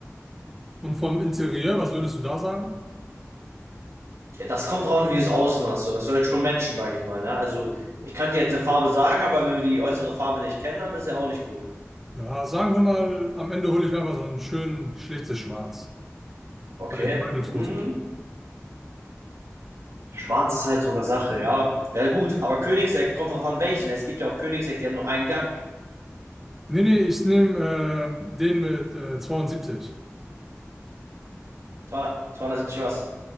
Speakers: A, in the centre; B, on the right (about 60°).
A: Und vom Interieur, was würdest du da sagen?
B: Das kommt drauf an, wie du es außen hast. So. Das sollte schon matchen, sage ich mal. Ne? Also, ich kann dir jetzt eine Farbe sagen, aber wenn wir die äußere Farbe nicht kennen, dann ist ja auch nicht gut.
A: Ja, sagen wir mal, am Ende hole ich mir mal so ein schön schlichtes Schwarz,
B: Okay.
A: weil ich meinungslos
B: Hm.
A: bin.
B: Schwarz ist halt so eine Sache, ja. Ja, gut. Aber Königseck kommt drauf an, welchen. Es gibt ja auch Königseck, die haben nur einen Gang.
A: Nee, nee, ich nehme ähm, den mit äh, 72.
B: 200 was?